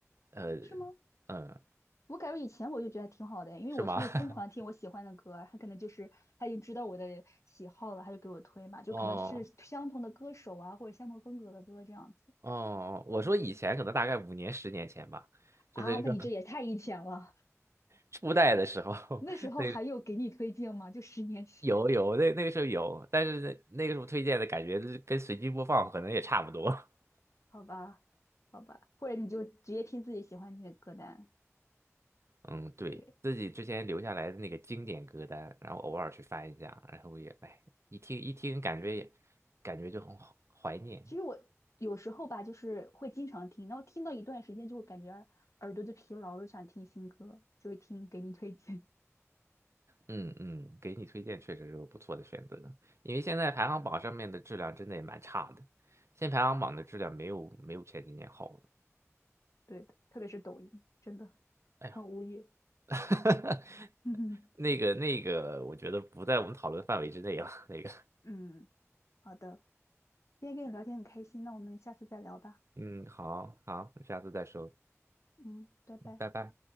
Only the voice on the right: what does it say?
呃，
嗯，
是吗？<laughs>
哦
哦，我说以前可能大概五年、十年前吧，就这个时候
<laughs> 初代的时候 <laughs>
有有那那个时候有，但是那那个时候推荐的感觉就是跟随机播放可能也差不多。
嗯，对，
自己之前留下来的那个经典歌单，然后偶尔去翻一下，然后也，哎，一听一听，感觉也感觉就很好怀念。
嗯嗯，给你推荐确实是个不错的选择，因为现在排行榜上面的质量真的也蛮差的，现在排行榜的质量没有没有前几年好了。
哎呀，
<laughs>
那个那个，我觉得不在我们讨论范围之内了。那个，
嗯，好好，下次再说，
拜拜。